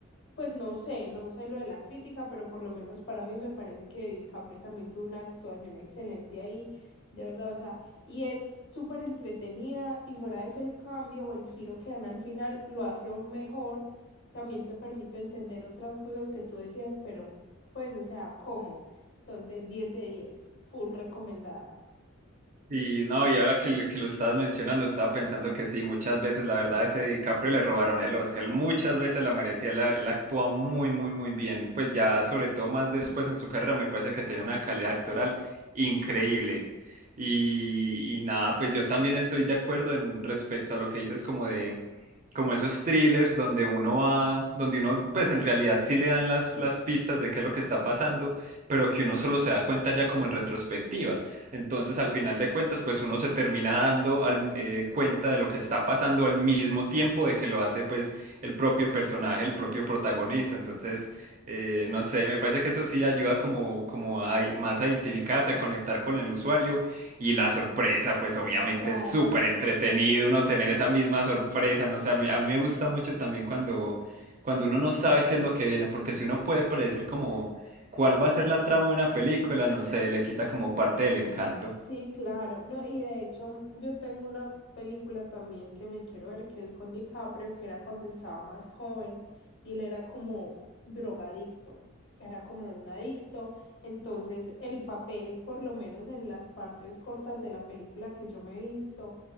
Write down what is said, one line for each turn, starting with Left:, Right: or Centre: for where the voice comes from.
Left: pues no sé, no sé lo de la crítica, pero por lo menos para mí me parece que DiCaprio también tuvo una actuación excelente ahí, de verdad, o sea, y es súper entretenida y fuera de eso el cambio o el giro que dan al final lo hace aún mejor, también te permite entender otras cosas que tú decías, pero pues, o sea, ¿cómo? Entonces, 10 de 10 full recomendada.
Right: Y no, y ahora que, lo- que lo estabas mencionando, estaba pensando que sí, muchas veces, la verdad, ese DiCaprio le robaron el Oscar, muchas veces la merecía, él, él actúa muy, muy, muy bien, pues ya sobre todo más después en su carrera me parece que tiene una calidad actoral increíble. Y, y nada, pues yo también estoy de acuerdo en respecto a lo que dices como de, como esos thrillers donde uno va, donde uno pues en realidad sí le dan las, las pistas de qué es lo que está pasando, pero que uno solo se da cuenta ya como en retrospectiva. Entonces, al final de cuentas, pues uno se termina dando al- eh, cuenta de lo que está pasando al mismo tiempo de que lo hace pues el propio personaje, el propio protagonista. Entonces, eh, no sé, me parece que eso sí ayuda como, como a, más a identificarse, a conectar con el usuario. Y la sorpresa, pues obviamente
Left: Claro.
Right: es súper entretenido uno tener esa misma sorpresa. No sé, a mí, a mí me gusta mucho también cuando, cuando uno no sabe qué es lo que viene, porque si uno puede predecir como ¿Cuál va a ser la trama de una película? No sé, le quita como parte del encanto.
Left: Sí, claro. No, y de hecho, mm, yo tengo una película también que me quiero ver, que es con DiCaprio, que era cuando estaba más joven y él era como drogadicto, era como un adicto. Entonces, el papel, por lo menos en las partes cortas de la película que yo me he visto,